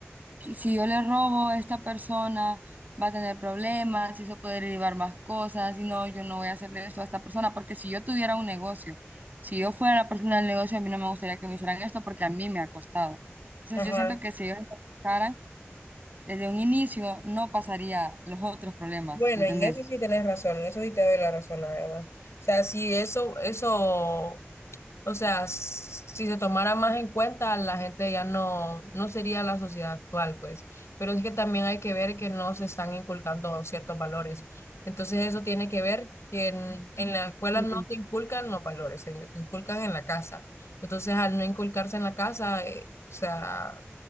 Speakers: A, on the right; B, on the left.
A: que si yo le robo a esta persona, va a tener problemas, y eso puede derivar más cosas, y no, yo no voy a hacerle eso a esta persona, porque si yo tuviera un negocio, si yo fuera la persona del negocio, a mí no me gustaría que me hicieran esto porque a mí me ha costado. Entonces
B: Ajá.
A: yo siento que si ellos empezaran desde un inicio no pasaría los otros problemas,
B: Bueno,
A: ¿entendés?
B: en eso sí tenés razón, en eso sí te doy la razón, la verdad. O sea, sí, eso, eso, O sea, s- si se tomara más en cuenta, la gente ya no, no sería la sociedad actual, pues. Pero es que también hay que ver que no se están inculcando ciertos valores. Entonces eso tiene que ver que en, en la escuela
A: Mm,
B: no te inculcan los valores, se inculcan en la casa. Entonces al no inculcarse en la casa, eh, o sea,